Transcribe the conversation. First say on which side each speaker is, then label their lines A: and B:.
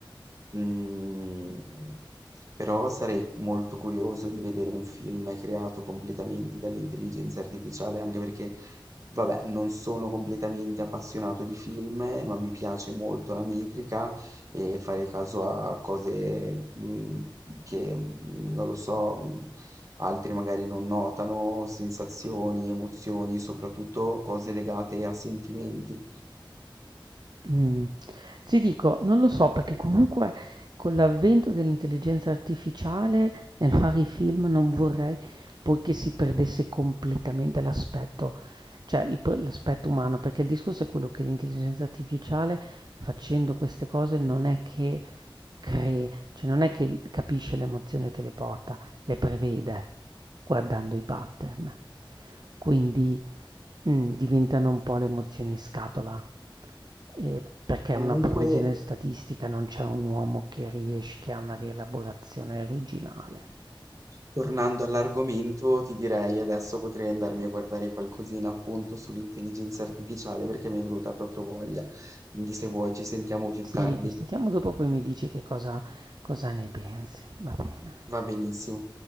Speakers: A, on the right; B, on the right.
A: Mhmm, però sarei molto curioso di vedere un film creato completamente dall'intelligenza artificiale, anche perché, vabbè, non sono completamente appassionato di film, ma mi piace molto la metrica e fare caso a cose, mhmm, che, mhmm, non lo so, mhmm, altri magari non notano, sensazioni, emozioni, soprattutto cose legate a sentimenti.
B: Mm. Ti dico, non lo so perché comunque con l'avvento dell'intelligenza artificiale nel fare i film non vorrei poi che si perdesse completamente l'aspetto, cioè il pr- l'aspetto umano, perché il discorso è quello che l'intelligenza artificiale facendo queste cose non è che cree, cioè non è che capisce l'emozione e te le porta, le prevede guardando i pattern. Quindi Mh, diventano un po' le emozioni in scatola, ehm, perché
A: Comunque
B: una previsione statistica non c'è un uomo che riesce che ha una rielaborazione originale.
A: Tornando all'argomento, ti direi adesso potrei andarmi a guardare qualcosina appunto sull'intelligenza artificiale perché mi è venuta proprio voglia. Quindi se vuoi ci sentiamo più
B: Sì,
A: tardi.
B: ci sentiamo dopo poi mi dici che cosa cosa ne pensi, va bene.
A: Va benissimo.